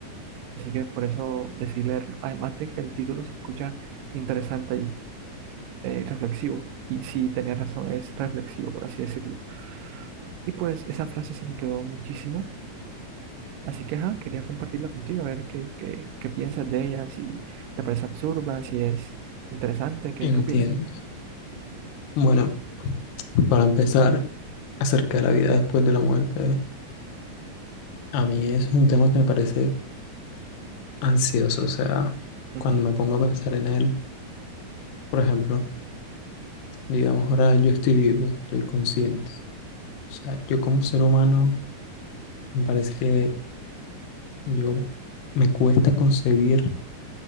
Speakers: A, on the right; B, on the left.
A: Así que por eso decidí leerlo. Además de que el título se escucha interesante eh, reflexivo. Y sí, tenía razón, es reflexivo, por así decirlo. Y pues esa frase se me quedó muchísimo. Así que, ajá, quería compartirla contigo, a ver qué, qué, qué piensas de ella, si te parece absurda, si es interesante, qué,
B: Entiendo.
A: qué opinas.
B: Bueno, para empezar, acerca de la vida después de la muerte, a mí eso es un tema que me parece ansioso. O sea,
A: Ujú,
B: cuando me pongo a pensar en él, por ejemplo, digamos ahora yo estoy vivo, estoy consciente. O sea, yo como ser humano, me parece que yo me cuesta concebir